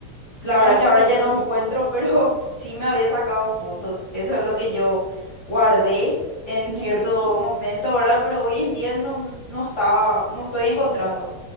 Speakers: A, on the left (about 45°); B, on the right (about 65°).
A: La
B: Tan
A: verdad que ahora
B: chévere.
A: ya no encuentro, pero <laughs> sí me había sacado fotos. Eso es lo que yo guardé en cierto
B: Ujú.
A: momento, ¿verdad? Pero hoy en día no, no estaba, no estoy encontrando.